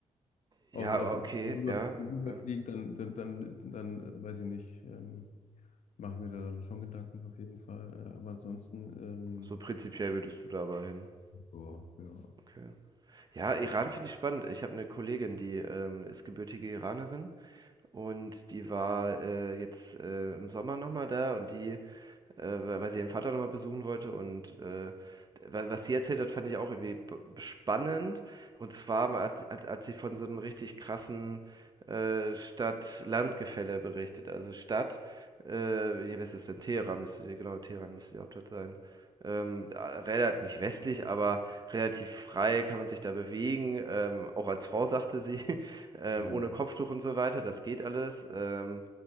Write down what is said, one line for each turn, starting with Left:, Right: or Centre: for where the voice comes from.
Right: Ja,
Left: aus, aus
Right: okay,
Left: Israel rüber,
Right: ja,
Left: rüberfliegt,
Right: ja.
Left: dann, dann, dann, dann äh, weiß ich nicht, ähm, mache ich mir da dann schon Gedanken auf jeden Fall. Äh, aber ansonsten, ähm,
Right: So prinzipiell würdest du da aber hin.
Left: boah, ja.
Right: Okay. Ja, Iran finde ich spannend. Ich habe eine Kollegin, die ähm, ist gebürtige Iranerin und die war äh, jetzt äh, im Sommer nochmal da und die äh, weil sie ihren Vater nochmal besuchen wollte. Und äh, wa- was sie erzählt hat, fand ich auch irgendwie b- spannend. Und zwar hat, hat, hat sie von so einem richtig krassen äh, Stadt-Land-Gefälle berichtet. Also Stadt, äh, hier, was ist es denn? Teheran müsste die, genau, Teheran müsste die Hauptstadt sein. Ähm, relativ, nicht westlich, aber relativ frei kann man sich da bewegen. Ähm, auch als Frau sagte sie, <laughs> ähm,
Left: Hm.
Right: ohne Kopftuch und so weiter, das geht alles. Ähm,